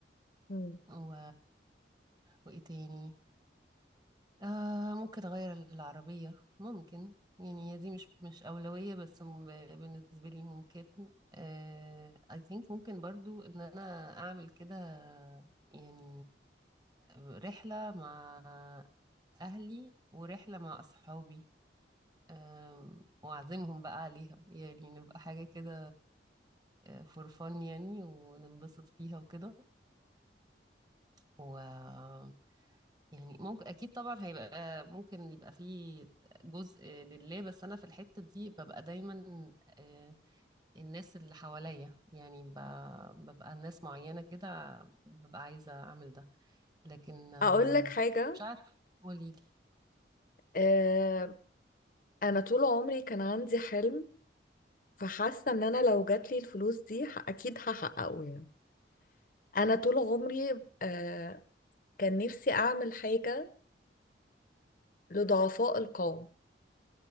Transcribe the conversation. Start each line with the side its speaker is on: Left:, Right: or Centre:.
Left: مم.
Right: و... وايه تاني آه ممكن اغير العربية ممكن يعني هي دي مش مش أولوية بس م- بالنسبة لي ممكن آه I think ممكن برضو ان انا اعمل كده يعني رحلة مع اهلي ورحلة مع اصحابي آم، واعزمهم بقى عليها يعني نبقى حاجة كده فور فن يعني وننبسط فيها وكده و يعني ممكن اكيد طبعا هيبقى ممكن يبقى فيه جزء لله بس انا في الحتة دي ببقى دايما آه، الناس اللي حواليا يعني ب- ببقى ناس معينة كده ببقى عايزة اعمل ده لكن آه،
Left: اقول لك حاجة
Right: مش عارفة قوليلي
Left: آه، انا طول عمري كان عندي حلم فحاسه ان انا لو جاتلي الفلوس دي ه- اكيد هحققه يعني انا طول عمري آه كان نفسي اعمل حاجه لضعفاء القوم